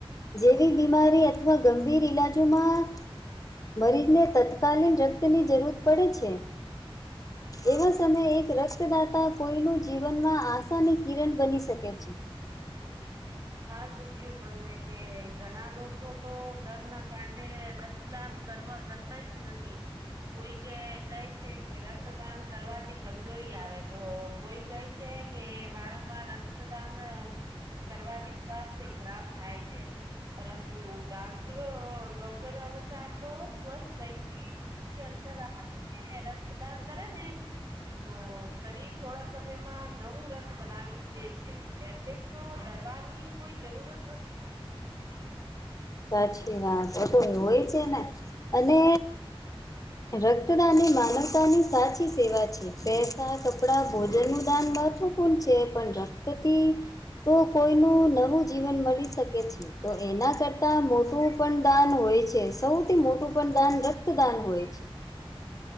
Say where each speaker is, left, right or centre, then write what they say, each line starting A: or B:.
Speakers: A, on the left; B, on the right.
A: જેવી બીમારી અથવા ગંભીર ઈલાજોમાં મરીજને તત તતત્કાલીન રક્તની જરૂર પડે છે
B: <inaudible>
A: એવા સમયે એક રક્તદાતા કોઈનું જીવનમાં આશાની કિરણ બની શકે છે.
B: થા ચૂકય્યું તમને કે ઘણા લોકો તો ડરના કારણે રક્તદાન કરવા કર તા જ નથી કોઈ કે કહે છે કે રક્તદાન કરવાથી કમજોરી આવે તો કોઈ કહે છે કે વારંવાર રક્તદાન કરવાથી સ્વાસ્થ્ય ખરાબ થાય છે. પરંતુ ડોક્ટરો ડોક્ટર અનુસાર તો સ્વસ્થ થઈ યોગ્ય અંતર રાખીને રક્તદાન કરે ને તો શરીર થોડા સમયમાં નવું રથ બનાવી દે છે એટલે તો ડરવાની કોઈ જરૂરત નથી.
A: સાચી વાત હોય છે ને અને રક્તદાન એ માનવતાની સાચી સેવા છે પેસા કપડા ભોજનનું દાન મહત્વપૂર્ણ છે પણ રક્તથી તો કોઈનું નવું જીવન મળી શકે છે તો એના કર તા મોટું પણ દાન હોય છે સૌથી મોટું પણ દાન રક્તદાન હોય છે.